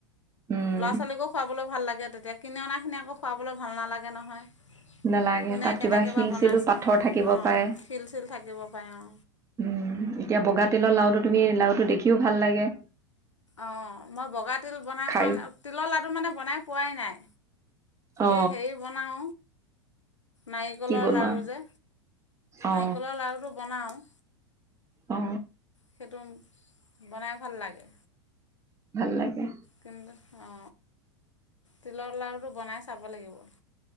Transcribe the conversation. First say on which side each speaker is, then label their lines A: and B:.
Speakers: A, on the right; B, on the left.
A: উম
B: ল'ৰা -ছোৱালীকো খুৱাবলৈ ভাল লাগে। তে তেতিয়া। কিনি অনাখিনি আকৌ খুৱাবলৈ ভাল নালাগে নহয়,
A: নালাগে
B: কোনে
A: তাত কিবা
B: কেনেকে
A: শিল
B: বা বনাইছে,
A: চিলো পাথৰ থাকিব
B: অ
A: পাৰে
B: শিল চিল থাকিব পাৰে অ।
A: উম এতিয়া বগা ততিলৰ লাওটো তুমি লাৰুটো দেখিও ভাল লাগে।
B: অ মই বগা তিল বনাই
A: খাই
B: পোৱা না, অ তিলৰ লাডু মানে বনাই পোৱাই নাই।
A: অ
B: এই হেৰি বনাওঁ। নাৰিকলৰ
A: কি বনোৱা
B: লাৰু যে,
A: অ
B: নাৰিকলৰ লাৰুটো বনাওঁ।
A: অ।
B: সেইটো বনাই ভাল লাগে।
A: ভাল লাগে।
B: কিন্তু, অ তিলৰ লাৰুটো বনাই চাব লাগিব?